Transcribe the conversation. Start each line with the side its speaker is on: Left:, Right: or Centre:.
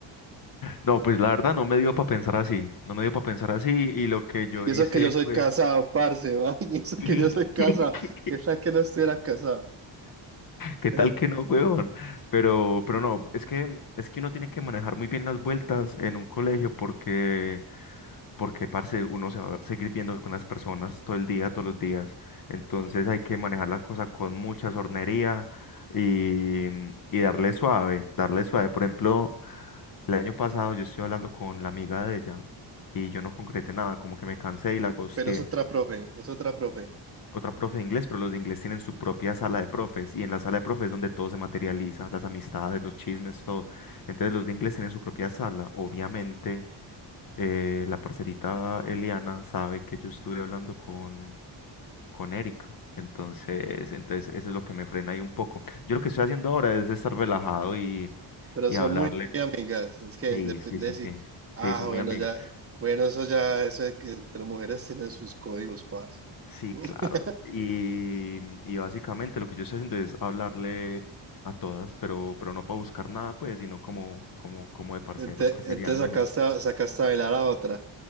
Left: No, pues la verdad no me dio para pensar así, no me dio para pensar así y lo que yo
Right: Y
Left: hice
Right: eso que yo soy
Left: fue...
Right: casado, parce, va, <laughs> y eso que
Left: <laughs>
Right: yo soy casado, que tal que no estuviera casado.
Left: ¿Qué tal
Right: <laughs>
Left: que no, huevón? Pero, pero no, es que, es que uno tiene que manejar muy bien las vueltas en un colegio porque porque, parce, uno se va a seguir viendo con las personas todo el día, todos los días. Entonces hay que manejar la cosa con mucha sornería y, y darle suave, darle suave. Por ejemplo, el año pasado yo estoy hablando con la amiga de ella y yo no concreté nada, como que me cansé y la ghosteé.
Right: Pero es otra profe, es otra profe.
Left: Otra profe de inglés, pero los de inglés tienen su propia sala de profes y en la sala de profes es donde todo se materializa, las amistades, los chismes, todo. Entonces los de inglés tienen su propia sala, obviamente eh, la parcerita Eliana sabe que yo estuve hablando con, con Erika. Entonces, entonces eso es lo que me frena ahí un poco. Yo lo que estoy haciendo ahora es estar relajado y,
Right: Pero
Left: y
Right: son
Left: hablarle.
Right: muy amigas. Es que
Left: Sí,
Right: depende
Left: sí, sí,
Right: si.
Left: sí.
Right: Ah,
Left: Sí, son
Right: bueno,
Left: muy amigas.
Right: ya. Bueno, eso ya, eso de que entre mujeres tienen sus códigos, parce.
Left: Sí,
Right: <laughs>
Left: claro. Y, y básicamente lo que yo estoy haciendo es hablarle a todas, pero, pero no para buscar nada, pues, sino como, como, como de parcero,
Right: Ente-
Left: parceriando
Right: Entonces sacaste, a- sacaste a bailar a otra.